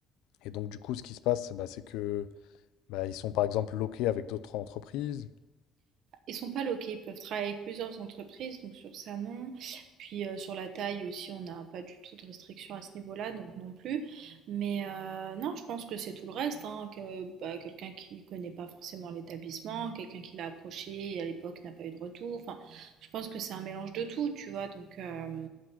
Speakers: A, on the left; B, on the right.
A: Et donc, du coup, ce qui se passe, bah, c'est que bah, ils sont par exemple loqués avec d'autres entreprises.
B: Ils sont pas loqués, ils peuvent travailler avec plusieurs entreprises, donc sur ça non. Puis euh, sur la taille aussi, on n'a pas du tout de restriction à ce niveau-là, donc non plus. Mais euh, non, je pense que c'est tout le reste, hein, que bah, quelqu'un qui connaît pas forcément l'établissement, quelqu'un qui l'a approché et à l'époque n'a pas eu de retour. Enfin, je pense que c'est un mélange de tout, tu vois. Donc euh,